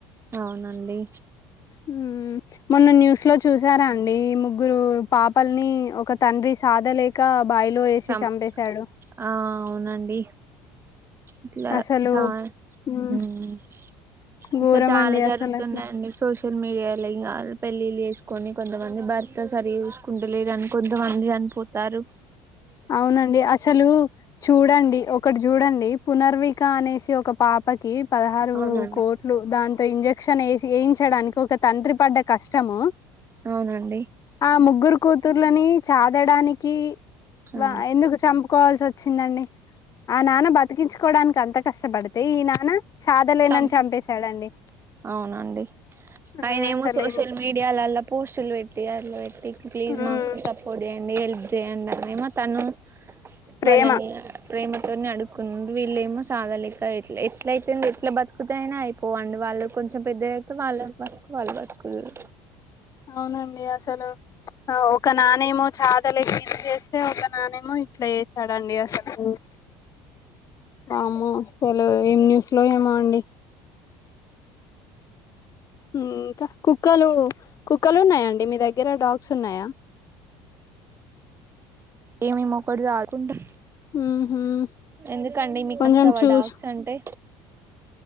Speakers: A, on the right (about 30°); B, on the left (about 40°).
A: అవునండి
B: హు మొన్న న్యూస్ లో చూసారా అన్ డి ముగ్గురు పాపల్ని ఒక తండ్రి సాధలేక బావిలో ఏసి
A: చం
B: చంపేశాడు.
A: ఆ అవునండి ఇట్లా
B: అసలు
A: చా
B: హ్మ్.
A: మ్ ఇట్లా
B: ఘోరమండి
A: చాలా జరుగుతున్నాయండి
B: అసలట్లా.
A: సోషల్ మీడియాలో ఇంగా పెళ్ళిళ్ళు చేసుకొని కొంతమంది భర్త సరిగ చూసుకుంటలేడని కొంతమంది చనిపోతార్రు
B: అవునండి అసలు చూడండి ఒ క్కటి చూడండి పునర్విక అనేసి ఒక పాపకి పదహారు
A: అవునండి
B: కోట్లు దాంతో ఇంజక్షన్ వేస్ వేయించడానికి ఒక తండ్రి పడ్డ కష్టము
A: అవునండి
B: ఆ ముగ్గురు కూతుర్లని చాదడానికి
A: ఆ
B: వా ఎందుకు చంపుకోవాల్సి వచ్చిం చిందండి ఆ నాన్న బతికించుకోవడానికి అంత కష్ ష్టపడుతే ఈ నాన చాదలేనని
A: చంప
B: చంపేశాడండి
A: అవునండి
B: ఆ
A: ఆయనేమో
B: అసలు
A: సోషల్ మీడియాలల్ల పోస్టులు పెట్టి అట్ వెట్టి ప్లీజ్
B: మ్మ్
A: మాకు సపోర్ట్ చేయండి హెల్ప్ చేయండి ఏ మేమో తను
B: ప్రేమ
A: వాళ్ళని ప్రేమతోని అడుకు వీళ్ళేమో సాగలేక ఎట్లా ఎట్లయితేో ఎట్లా బతుకుత అయినా అయిపోవండి వాళ్ళు కొంచెం పెద్ద యక వాళ్ళ బతుకు వాళ్ళు బసుకు దురు
B: అవునం డి అసలు అవు ఒక నానేమో చాదల లేసి ఇంద చేస్తే ఒక నానేమో ఇట్లా చేసాడండి అసలు వామ్మో అసలు ఏం న్యూస్ లో ఏమో అండి ఇంకా కుక్కలు కుక్కలు ఉన్నాయాండి మీ దగ్గర డాగ్స్ ఉన్నాయా
A: ఏమి ఇవ్వకూడదు ఆకుండా
B: మ్మ్ హ్మ్
A: ఎందుకండి మీకు
B: కొంచెం
A: నచ్చావా
B: చూస్
A: డాగ్స్ అంటే